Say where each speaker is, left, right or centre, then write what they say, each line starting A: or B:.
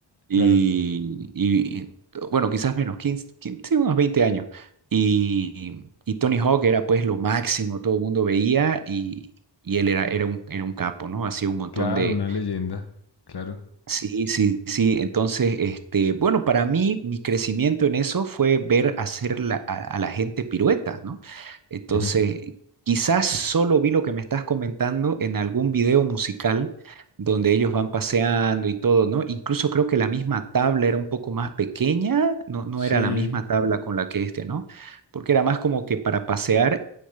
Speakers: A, on the right; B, on the left.
A: y,
B: claro.
A: y- bueno, quizás menos, 15 15, sí, unos 20 años. Y, y Tony Hawk era pues lo máximo, todo el mundo veía y, y él era, era un, era un capo, ¿no? Hacía un montón
B: Claro,
A: de,
B: una leyenda. Claro.
A: Sí, sí, sí. Entonces, este, bueno, para mí mi crecimiento en eso fue ver hacer la- a, a la gente piruetas, ¿no? Entonces,
B: Ujú.
A: quizás solo vi lo que me estás comentando en algún video musical donde ellos van paseando y todo, ¿no? Incluso creo que la misma tabla era un poco más pequeña, no, no
B: Sí,
A: era la misma tabla con la que este, ¿no? Porque era más como que para pasear